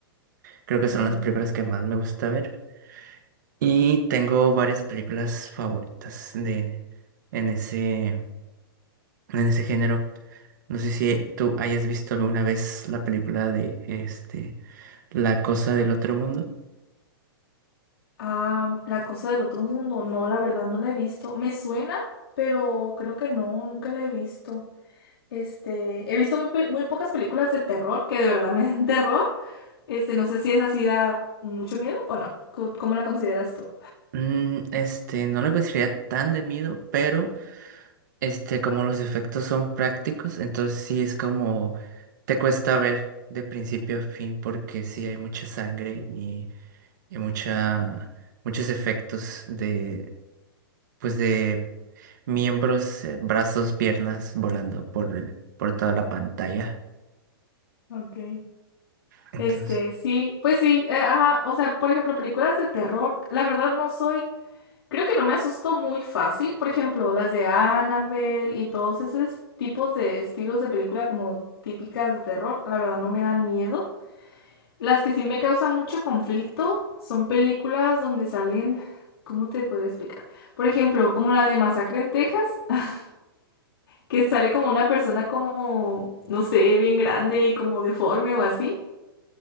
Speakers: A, on the right (about 50°); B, on the left (about 80°).
A: Creo que
B: Mm.
A: son las películas que más me gusta ver y tengo varias películas favoritas de en ese en ese género. No sé si tú hayas visto alguna vez la película de este La cosa del otro mundo.
B: Ah, La cosa del otro mundo, no, la verdad no la he visto. Me suena, pero creo que no, nunca la he visto. Este, he visto muy, pe- muy pocas películas de terror que de verdad me den <laughs> terror. Este, no sé si esa sí da mucho miedo o no. Co- ¿Cómo la consideras tú?
A: Mm, este, no la consideraría tan de miedo, pero Este, como los efectos son prácticos, entonces sí es como te cuesta ver de principio a fin porque sí hay mucha sangre y, y mucha, muchos efectos de, pues de miembros, eh, brazos, piernas volando por el- por toda la pantalla.
B: okay
A: Entonces,
B: Este, sí, pues sí, eh, ajá, o sea, por ejemplo, películas de terror, la verdad no soy Creo que no me asustó muy fácil, por ejemplo, las de Annabelle y todos esos tipos de estilos de película como típicas de terror, la verdad no me dan miedo. Las que sí me causan mucho conflicto son películas donde salen, ¿cómo te podría explicar? Por ejemplo, como la de Masacre en Texas, <laughs> que sale como una persona como, no sé, bien grande y como deforme o así.